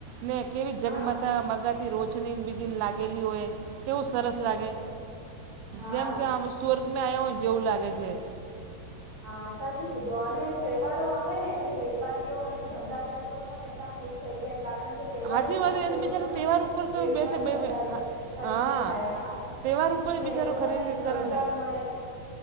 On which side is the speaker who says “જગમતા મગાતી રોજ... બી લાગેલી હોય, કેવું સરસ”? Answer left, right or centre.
Right